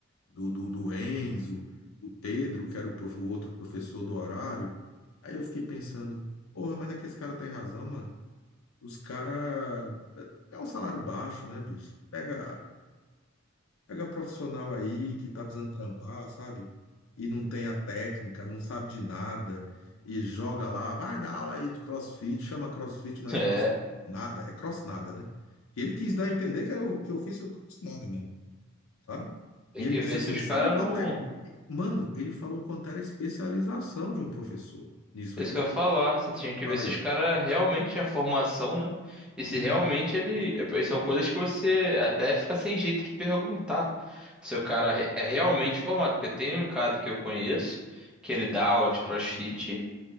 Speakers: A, on the left; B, in the centre.
A: Do, do, do Enzo, do Pedro, que era o, prof- o outro professor do horário, aí eu fiquei pensando, porra, mas não é que esse cara tem razão, mano? Os caras. É é um salário baixo, né, bicho? Pega Pega profissional aí que tá precisando trampar, sabe? E não tem a técnica, não sabe de nada, e joga lá, vai dar aula aí de CrossFit, chama CrossFit, não é
B: É.
A: cross nada, é cross nada, né? E ele quis dar a entender que eu, que eu fiz o cross nada mesmo, sabe?
B: Tem
A: E ele
B: que
A: disse
B: ver
A: assim,
B: se os
A: sabe
B: caras
A: quanto
B: não.
A: é? Mano, ele falou quanto era a especialização de um professor nisso
B: é
A: aí.
B: Isso que eu ia falar. Você tinha que
A: Fala
B: ver se
A: aí.
B: os caras realmente tinham formação, né? E se
A: Uhum.
B: realmente ele. e São coisas que você até fica sem jeito de perguntar. Se o cara re- é realmente formado. Porque tem um cara que eu conheço, que ele dá aula de CrossFit.